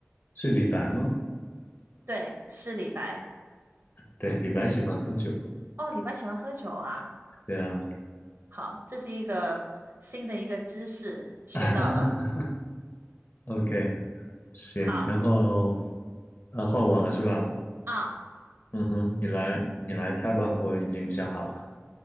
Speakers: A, on the left; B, on the right.
A: 是李白吗？
B: 对，是李白。
A: 对，李白喜欢喝酒。
B: 哦，李白喜欢喝酒啊。
A: 对啊。
B: 好，这是一个新的一个知识，学到了。
A: <laughs> OK，行，
B: 好
A: 然后啊，换我了是吧？
B: 啊，
A: 嗯哼，你来，你来猜吧，我已经想好了。